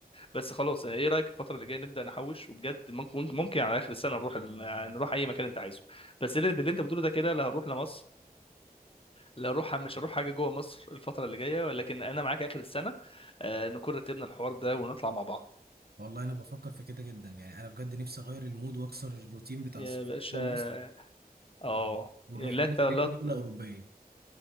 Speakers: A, on the left (about 35°); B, on the right (about 75°).
A: بس خلاص يعني ايه رايك الفتره اللي جايه نبدا نحوش وبجد ممكن ممكن ممكن على اخر السنه نروح ال... يعني نروح اي مكان انت عايزه بس اللي اللي انت بتقوله ده كده لا هروح لمصر لا هروح مش هروح حاجه جوه مصر الفتره اللي جايه ولكن انا معاك اخر السنه آه نكون رتبنا الحوار ده ونطلع مع بعض
B: والله انا بفكر في كده جدا يعني انا بجد نفسي اغير المود واكسر الروتين بتاع
A: يا
B: السفر
A: باشا
B: جوه مصر
A: اه
B: ونروح
A: يعني لا
B: لنا
A: ت- لا
B: اي
A: ت-
B: دوله اوروبيه